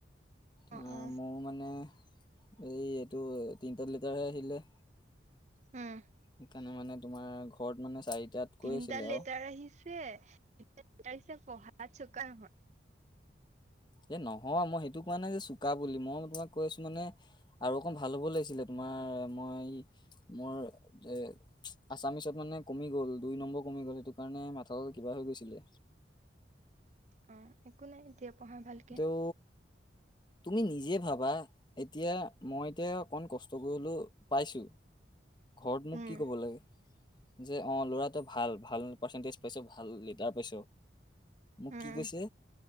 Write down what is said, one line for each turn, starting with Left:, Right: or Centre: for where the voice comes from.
Left: তোমাৰ
Right: অ অ
Left: মোৰ মানে এই এইটো তিনিটা লিটাৰহে আহিলে।
Right: উম।
Left: সেইকাৰণে মানে তোমাৰ ঘৰত মানে চাৰিটাত কৈ
Right: তিনটাত
Left: আছিলে
Right: লেটাৰ
Left: আৰু
Right: আহিছে, তিনিটা লেটাৰ আহিছে পঢ়াত চোকা নহয়।
Left: এ নহয় মই সেইটো কোৱা নাই যে চুকা বুলি মই তোমাক কৈ আছো মানে আৰু অকণ ভাল হ'ব লাগিছিলে তোমাৰ মই মোৰ এ আছামিচত মানে কমি গ'ল দুই নম্বৰ কমি গ'ল সেইটো কাৰণে মাথাউ কিবা হৈ গৈছিলে।
Right: অ একো নাই এতিয়া পঢ়া ভালকে।
Left: অ তুমি নিজে ভাবা, এতিয়া মই এতিয়া অকন কষ্ট কৰিলো পাইছো। ঘৰত মোক
Right: উম
Left: কি ক'ব লাগে? যে অ ল'ৰাটো ভাল ভাল পাৰ্চেন্টেজ পাইছো ভাল লিডাৰ পাইছ। মোক
Right: উম
Left: কি কৈছে,